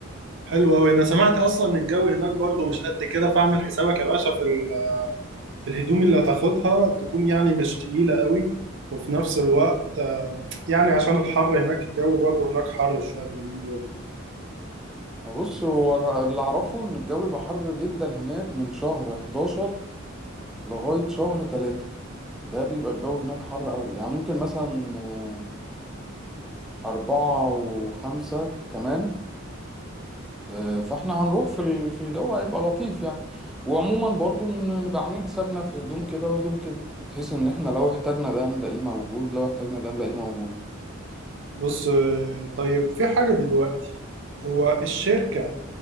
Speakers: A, on the right (about 60°); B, in the centre.
A: حلو أوي أنا سمعت أصلا إن الجو هناك برضو مش قد كده فاعمل حسابك يا باشا في ال- في الهدوم اللي هتاخدها تكون يعني مش تقيلة أوي وفي نفس الوقت آه، يعني عشان الحر هناك الجو برضو هناك حر شوية في اليومين دول
B: بص هو أنا اللي أعرفه إن الجو بيبقى حر جدا هناك من شهر 11 لغاية شهر 3 ده بيبقى الجو هناك حر قوي يعني ممكن مثلا آه، أربعة وخمسة كمان آه، فاحنا هنروح في ال- في الجو هيبقى لطيف يعني وعموما برضو ن- نبقى عاملين حسابنا في هدوم كده وهدوم كده بحيث ان احنا لو احتاجنا ده نلاقيه موجود لو احتاجنا ده نلاقيه موجود
A: بص آه، طيب في حاجة دلوقتي هو الشركة